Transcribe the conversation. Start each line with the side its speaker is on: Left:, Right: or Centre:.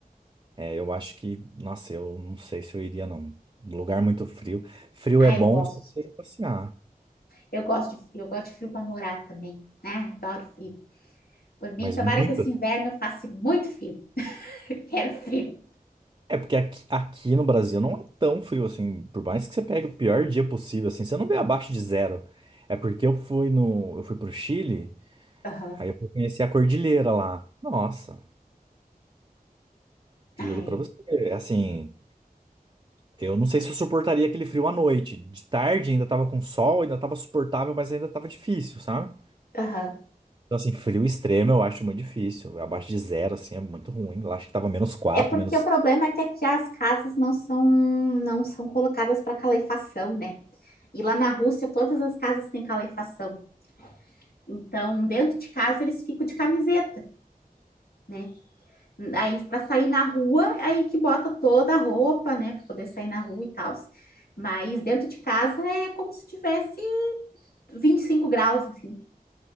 Right: É, eu acho que, nossa, eu não sei se eu iria, não. Lugar muito frio. Frio
Left: Ah,
Right: é bom
Left: eu gosto.
Right: só pra você ir passear,
Left: Eu gosto de frio, eu gosto de frio para morar também. né adoro frio. Por mim,
Right: mas
Left: tomara
Right: muito
Left: que esse inverno eu faça muito frio. <laughs> Quero frio.
Right: É porque aqui, aqui no Brasil não é tão frio assim. Por mais que você pegue o pior dia possível, assim, você não vê abaixo de zero. É porque eu fui no, eu fui pro Chile,
Left: Aham,
Right: aí eu fui conhecer a cordilheira lá. Nossa,
Left: Ah,
Right: juro pra
Left: é.
Right: você, assim, eu não sei se eu suportaria aquele frio à noite. De tarde ainda tava com sol, ainda tava suportável, mas ainda tava difícil, sabe?
Left: aham.
Right: Então, assim, frio extremo eu acho muito difícil. Abaixo de zero, assim, é muito ruim. Eu acho que tava menos quatro,
Left: é porque
Right: menos.
Left: o problema é que aqui as casas não são não são colocadas para calefação, né? E lá na Rússia todas as casas têm calefação. Então, dentro de casa eles ficam de camiseta, né? Aí para sair na rua, aí que bota toda a roupa, né, para poder sair na rua e tal. Mas dentro de casa é como se tivesse 25 graus, assim,